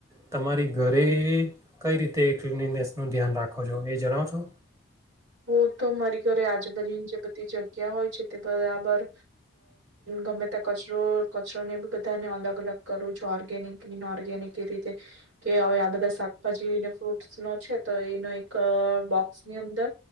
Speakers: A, on the right; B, on the right.
A: તમારી ઘરે કઈ રીતે ક્લનનેસનું ધ્યાન રાખો છો એ જણાવો છો.
B: હું તો મારી ઘરે આજુબાજુની જે બધી જગ્યા હોય છે તે બરાબર ગમે ત્યાં કચરો, કચરોને બધાને અલગ અલગ કરું છું. ઓર્ગેનિક, બિન ઓર્ગેનિક એ રીતે કે હવે આ બધા શાકભાજી ફ્રૂટ્સ નો છે તો એનો એક બોક્સની અંદર